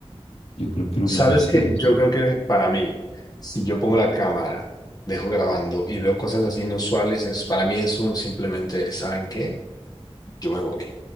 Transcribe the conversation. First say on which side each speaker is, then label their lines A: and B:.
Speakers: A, on the left; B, on the left.
A: yo creo que lo
B: Sabes
A: mejor sí
B: que
A: es.
B: yo creo que para mí, si yo pongo la cámara, dejo grabando y veo cosas así inusuales, es, para mí es un simplemente, ¿saben qué? yo me voy.